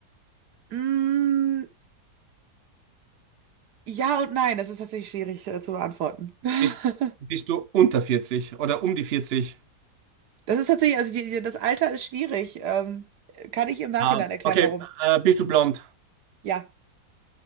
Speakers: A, on the right (about 80°); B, on the right (about 50°).
A: Mm, ja und nein, das ist tatsächlich schwierig, äh, zu beantworten. <laughs>
B: Bist, bist du unter 40 oder um die 40?
A: Das ist tatsächlich, also die, die- das Alter ist schwierig. Ähm, kann ich im Nachhinein
B: Ah,
A: erklären,
B: okay.
A: warum?
B: Äh, bist du blond?
A: Ja.